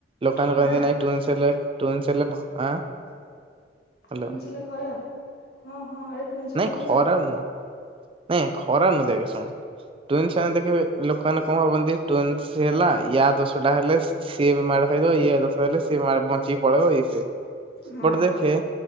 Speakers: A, on the right; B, on the left.
A: ଲୋକ ମାନେ
B: ଖରାପ
A: କୁହନ୍ତି କି ନାହିଁ ଟ୍ୱିନସ୍ ହେଲେ। ଟ୍ୱିନସ୍ ହେଲେ ଭ ଆଁ ହ୍ୟାଲୋ।
B: ଟୁଇନ୍ ସେଲା ଖରାପ? ହଁ ହଁ ଆରେ ଟ୍ୱିନସ
A: ନାଇଁ
B: ହେଲେ ଖରାପ୍?
A: ଖରାପ ନୁହଁ। ନାଇଁ ଖରାପ ନୁହଁ ଦେଖ ଶୁଣ ଟ୍ୱିନସ ମାନଙ୍କୁ ଦେଖି ଲୋକମାନେ କଣ ଭାବନ୍ତି? ଟ୍ୱିନସ୍ ହେଲା ୟା ଦୋଷଟା ହେଲେ ସିଏ ମାଡ ଖାଇଦବ ଇଏ ଦୋଷ ହେଲେ ସେ ମା ବଞ୍ଚିକି ପଳେଇବ ଏଇ ସବୁ
B: ହଁ।
A: ବଟ ଦେଖେ
B: ହଁ